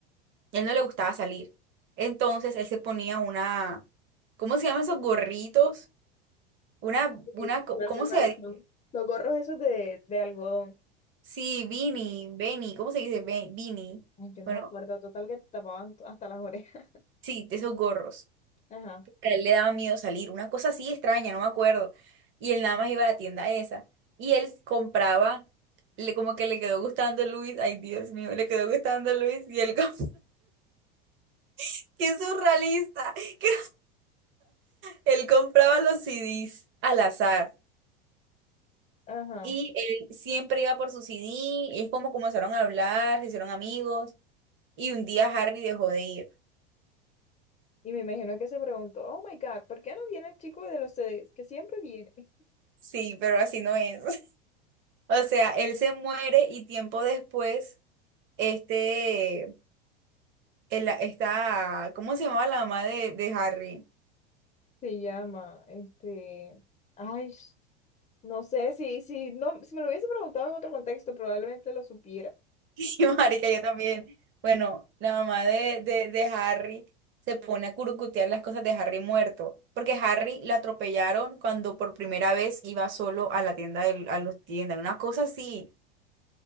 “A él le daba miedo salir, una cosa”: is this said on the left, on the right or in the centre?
Right